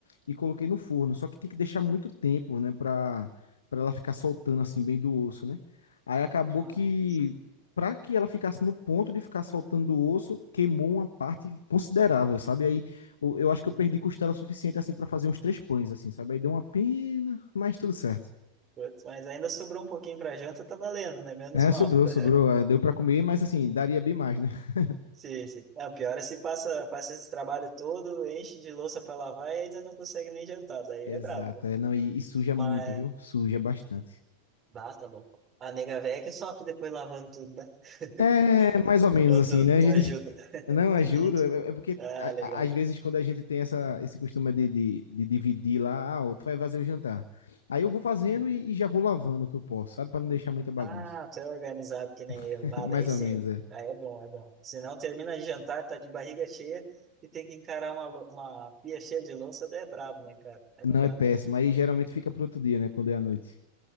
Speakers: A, on the left (about 65°); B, on the right (about 25°).
A: e coloquei no forno. Só que tem que deixar muito tempo, né? Pra, pra ela ficar soltando assim, bem do osso, né? Aí acabou
B: Ah,
A: que, pra que ela ficasse no ponto de ficar soltando do osso, queimou uma parte considerável, sabe? Aí eu, eu acho
B: uhum.
A: que eu perdi costela suficiente assim para fazer uns três pães, assim, sabe? Aí deu uma pena, mas tudo certo.
B: Putz, mas ainda sobrou um pouquinho pra janta, tá valendo, né? Menos
A: É,
B: mal.
A: sobrou,
B: <laughs>
A: sobrou. É, Deu pra comer, mas assim, daria bem mais, né? <laughs>
B: Sim, sim. Não, pior é se passa, passa esse trabalho todo, enche de louça pra lavar e ainda não consegue nem jantar, daí
A: Exato.
B: é brabo, né?
A: É, não, e, e suja
B: Mas,
A: muito, viu? Suja bastante.
B: bah, tá louco. A nega véia que sofre depois lavando tudo, né?
A: É,
B: <laughs>
A: mais ou menos
B: Ou
A: assim,
B: tu,
A: né? A
B: tu
A: gente
B: ajuda?
A: <laughs> não
B: de
A: ajuda,
B: vídeo.
A: é, é porque
B: Ah,
A: a-
B: legal.
A: a- às vezes quando a gente tem essa, esse costume de, de, de dividir lá, ah, ó, tu vai fazer o jantar. Aí eu vou fazendo
B: Uhum.
A: e, e já vou lavando o que eu posso, sabe? Pra não deixar muita bagunça.
B: Ah, você é organizado que nem
A: <laughs>
B: eu. Ah,
A: Mais
B: daí sim.
A: ou menos, é.
B: Aí é bom, é bom. Se não termina de jantar, tá de barriga cheia e tem que encarar uma, lou- uma pia cheia de louça, daí é brabo, né, cara? Aí
A: Não
B: não dá.
A: é péssimo. Aí geralmente fica pro outro dia, né? Quando é à noite.